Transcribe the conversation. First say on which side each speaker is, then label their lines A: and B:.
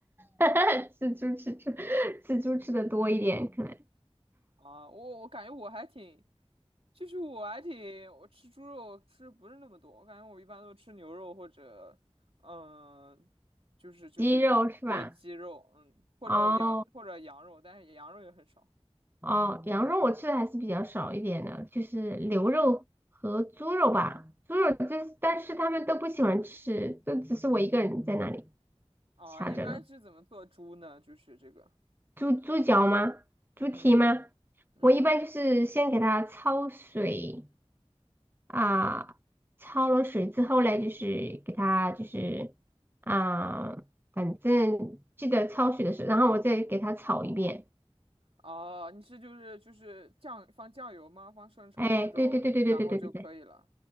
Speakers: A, on the right (about 20°); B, on the right (about 60°).
A: <laughs> 吃猪吃猪吃猪吃的多一点，可能。
B: 啊？我我感觉我还挺，其实我还挺，我吃猪肉吃得不是那么多，我感觉我一般都吃牛肉或者嗯，就是就是对鸡肉，
A: 鸡肉是吧？
B: 嗯，或者羊或者羊肉，
A: 哦
B: 但是羊肉也很少
A: 哦，羊肉我吃的还是比较少一点的，就是牛肉和猪肉吧。猪肉这但是他们都不喜欢吃，都只是我一个人在那里
B: 啊。
A: 掐着呢。
B: 你一般是怎么做猪呢？就是这个，
A: 猪猪脚吗？猪蹄吗？
B: 嗯嗯。
A: 我一般就是先给它焯水啊，焯了水之后嘞，就是给它就是啊，反正记得焯水的时候，然后我再给它炒一遍。
B: 哦，你是就是就是酱放酱油吗？放生抽那种，
A: 哎，对对对对对对对对对。
B: 然后就可以了。